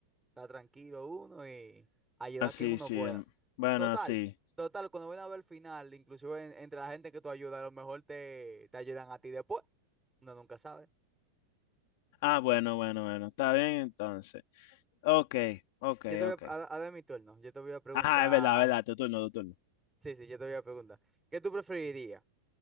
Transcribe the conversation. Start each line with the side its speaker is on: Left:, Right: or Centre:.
Centre: Está tranquilo uno y ayudar
Left: así,
Centre: a quien uno
Left: sí, sí,
Centre: pueda.
Left: em, bueno,
Centre: Total,
Left: así.
Centre: total, cuando ven a ver el final, inclusive en- entre la gente que tú ayudas, a lo mejor te, te ayudan a ti después. Uno nunca sabe.
Left: Ah, bueno, bueno, bueno, está bien entonces. Ok, ok,
Centre: Yo te voy
Left: ok.
Centre: a, a- a ver mi turno. Yo te voy a preguntar.
Left: Ajá, es verdad, es verdad, tu turno, tu turno.
Centre: Sí, sí, yo te voy a preguntar. ¿Qué tú preferirías?